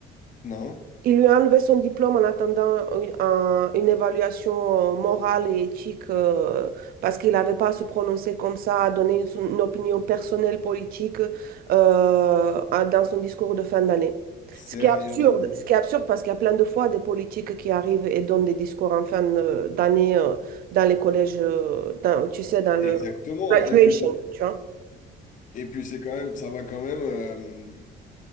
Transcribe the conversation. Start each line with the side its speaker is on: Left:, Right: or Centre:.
Left: Non,
Right: Il lui a enlevé son diplôme en attendant une, un- une évaluation morale et éthique euh, parce qu'il n'avait pas à se prononcer comme ça, à donner son- une opinion personnelle politique euh, à- dans son discours de fin d'année.
Left: sérieusement.
Right: Ce qui est absurde, ce qui est absurde parce qu'il y a plein de fois des politiques qui arrivent et donnent des discours en fin euh, d'année euh, dans les collèges, euh, dans- tu sais, dans le
Left: Exactement.
Right: graduation,
Left: Et puis c'est-
Right: tu vois.
Left: et puis c'est quand même ça va quand même euh,